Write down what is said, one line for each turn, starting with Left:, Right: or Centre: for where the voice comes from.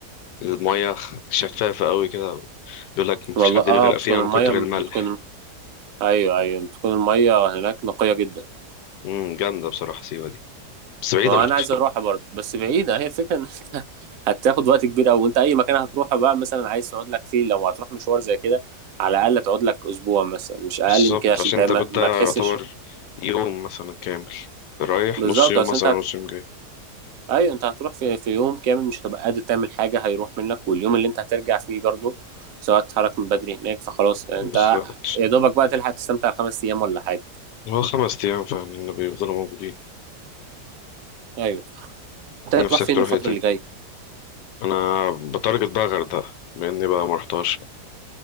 Left: المية شفافة أوي كده بيقول لك مفيش
Right: والله
Left: حد
Right: اه
Left: بيغرق
Right: بتكون
Left: فيها
Right: المية
Left: من كتر الملح
Right: بتكون ايوه ايوه بتكون المية هناك نقية جدا
Left: امم جامدة بصراحة سيوة دي بس بعيدة
Right: ما هو
Left: برضه
Right: انا عايز اروحها برضه بس بعيدة هي الفكرة ان <laughs> انت هتاخد وقت كبير قوي وانت اي مكان هتروحه بقى مثلا عايز تقعد لك فيه لو هتروح مشوار زي كده على الاقل تقعد لك اسبوع مثلا مش اقل
Left: بالظبط
Right: من كده عشان
Left: عشان
Right: تعمل
Left: انت بدأ
Right: ما
Left: يعتبر
Right: تحسش
Left: يوم مثلا كامل رايح
Right: بالظبط
Left: نص يوم
Right: اصل
Left: مثلا
Right: انت
Left: نص يوم جاي
Right: ايوه انت هتروح في في يوم كامل مش هتبقى قادر تعمل حاجه هيروح منك واليوم اللي انت هترجع فيه برضه سواء تتحرك من بدري هناك فخلاص انت
Left: بالظبط
Right: يا دوبك بقى تلحق تستمتع خمس ايام ولا حاجه
Left: هو خمس أيام فاهم إن بيفضلوا موجودين
Right: ايوه انت هتروح
Left: نفسك
Right: فين
Left: تروح
Right: الفتره
Left: ايه تاني
Right: اللي جايه
Left: أنا بتارجت بقى غردقة بما إني بقى مرحتهاش